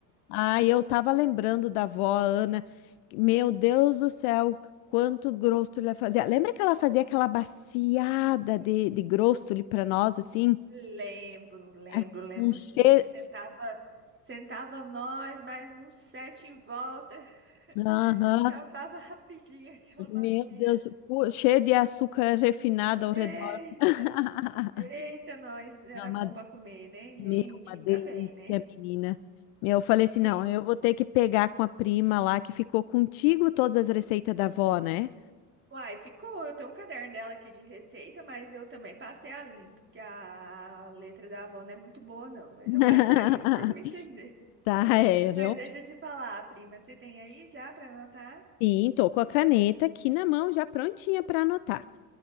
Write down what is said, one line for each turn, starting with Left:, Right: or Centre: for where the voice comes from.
Left: ah eu tava lembrando da avó Ana. Meu Deus do céu, quanto grosso ela fazia. Lembra que ela fazia aquela baciada
Right: Sim.
Left: de, de grosso ali para nós assim?
Right: Lembro, lembro,
Left: É,
Right: lembro
Left: Um cheio,
Right: sim. Sentava, sentava nós, mais uns sete em volta. <laughs>
Left: Aham.
Right: Acabava rapidinho aquela bacia.
Left: Meu Deus, pu- cheio de açúcar refinado ao
Right: Eita,
Left: redor. <laughs>
Right: eita, nós era
Left: Não, mas
Right: bom para comer, né, gente?
Left: Meu, uma
Right: Ainda
Left: delícia,
Right: bem, né?
Left: menina. Meu, eu falei assim,
Right: Sim.
Left: não, eu vou ter que pegar com a prima lá que ficou contigo todas as receitas da avó, né?
Right: Uai, ficou. Eu tenho um caderno dela aqui de receita, mas eu também passei a limpo, porque a letra da avó não é muito boa, não. Mas
Left: <laughs>
Right: eu <laughs> passei a limpo <laughs> para me entender.
Left: Tá, é, realmente.
Right: Mas deixa eu te falar, prima, você tem aí já para anotar?
Left: Sim, tô com a caneta aqui na mão, já prontinha para anotar.